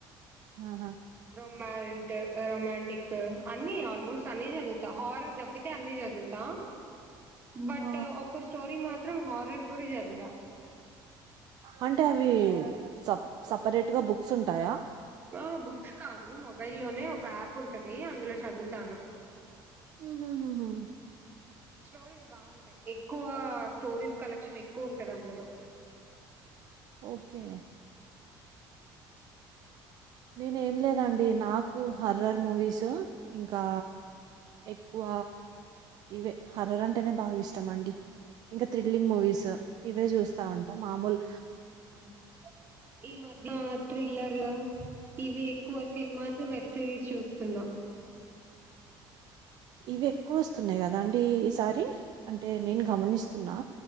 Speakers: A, on the right (about 50°); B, on the right (about 20°).
A: ఔనా
B: రొమాంట్, రొమాంటిక్ అన్ని ఆల్మోస్ట్. అన్నీ చదువుతా, హారర్ తబ్బితే అన్ని చదువుతా. బట్,
A: ఆ
B: ఒక స్టోరీ మాత్రం హారర్ కూడా చదవ.
A: అంటే అవి సప్ సపరేట్ గా బుక్స్ ఉంటాయా?
B: ఆ బుక్స్ కాదు మొబైల్ లోనే ఒక యాప్ ఉంటది అందులో చదువుతాను.
A: ఉహు హు హు
B: స్టోరీస్ బాగుంటాయి ఎక్కువ స్టోరీస్ కలెక్షన్ ఎక్కువ ఉంటది అందులో.
A: ఓకే నేను ఏం లేదండి, నాకు హర్రర్ మూవీస్ ఇంకా ఎక్కువ ఇవే హారర్ అంటేనే బాగా ఇష్టం అండి ఇంకా థ్రిల్లింగ్ మూవీస్ ఇవే చూస్తా ఉంట మామూలు.
B: బ ఈ మధ్య థ్రిల్లర్ ఇవి ఎక్కువ సినిమాస్ వెబ్ సిరీస్ చూస్తున్నా.
A: ఇవి ఎక్కువ వస్తున్నాయి కదా అండి. ఈ సారి అంటే నేను గమనిస్తున్నా
B: అవును